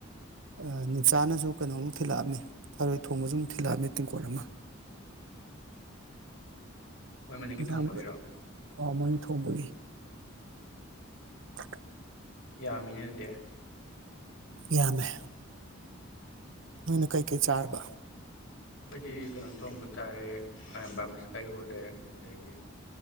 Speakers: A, on the right (about 65°); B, on the left (about 70°).
A: ꯑꯥ ꯅꯤꯟꯆꯥꯅꯁꯨ ꯀꯩꯅꯣꯝꯃ ꯊꯤꯜꯂꯛꯑꯝꯃꯤ ꯊꯔꯣꯏ ꯊꯣꯡꯕꯁꯨ ꯑꯃꯨꯛ ꯊꯤꯜꯂꯛꯑꯝꯃꯤ ꯇꯦꯡꯀꯣꯠ ꯑꯃ
B: ꯃꯣꯏ ꯃꯅꯤꯡꯒꯤ
A: <unintelligible>
B: ꯊꯣꯡꯕꯒꯤꯔꯣ
A: ꯑꯧ ꯃꯣꯏꯅ ꯊꯣꯡꯕꯒꯤ ꯀ
B: ꯌꯥꯝꯃꯤꯅꯦ ꯑꯗꯨꯗꯤ
A: ꯌꯥꯝꯃꯦ ꯅꯣꯏꯅ ꯀꯩꯀꯩ ꯆꯥꯔꯕ
B: ꯈꯣꯏꯗꯤ ꯀꯩꯅꯣ ꯇꯣꯡꯕ ꯆꯥꯔꯦ <unintelligible> ꯀꯩꯔꯣꯜꯂꯦ ꯑꯗꯒꯤ